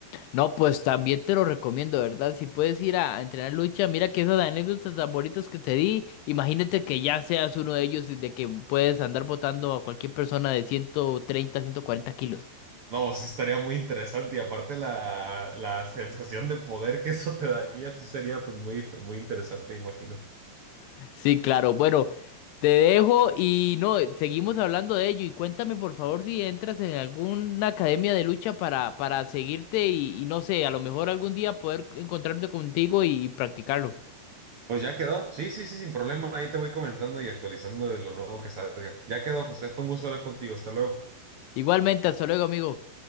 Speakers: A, on the left; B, on the right.
A: No, pues también te lo recomiendo, ¿verdad? Si puedes ir a, a entrenar lucha, mira que esas anécdotas tan bonitas que te di, imagínate que ya seas uno de ellos y de que puedes andar botando a cualquier persona de ciento treinta ciento cuarenta kilos.
B: No, sí estaría muy interesante y aparte la, la sensación de poder que eso te daría sí sería pues muy, muy interesante, me imagino.
A: Sí, claro. Bueno, te dejo y no, seguimos hablando de ello. Y cuéntame, por favor, si entras en alguna academia de lucha para, para seguirte y, y no sé, a lo mejor algún día poder encontrarte contigo y practicarlo.
B: Pues ya quedó. Sí, sí, sí, sin problema. Ahí te voy comentando y actualizando de lo nuevo que salga. Ya quedó, José. Fue un gusto hablar contigo. Hasta luego.
A: Igualmente, hasta luego, amigo.